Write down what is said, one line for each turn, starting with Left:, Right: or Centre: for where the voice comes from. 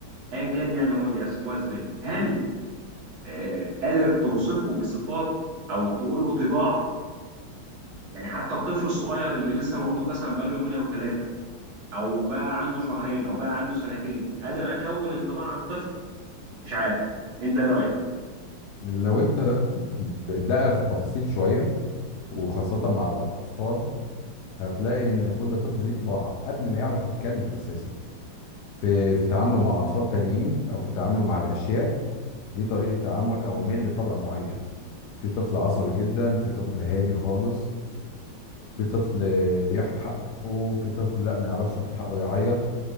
Right: ايا كان يعني هما بيقسموها ازاي هل آه قادر توصفه بصفات او تقول له طباع يعني حتى الطفل الصغير اللي لسه مولود مثلا بقاله يومين او ثلاثه او بقى عنده شهرين او بقى عنده سنتين قادر اكون انطباع عن طفل مش عارف انت ايه رايك
Left: لو انت بتدقق في التفاصيل شويه وخاصه مع الاطفال هتلاقي ان كل طفل ليه طباع قبل ما يعرف يتكلم اساسا في في تعامله مع اطفال تانيين او في تعامله مع الاشياء ليه طريقه تعامل او ميل لطبع معين في طفل عصبي جدا في طفل هادي خالص في طفل بياخد حقه في طفل لا ما يعرفش ياخد حقه يعيط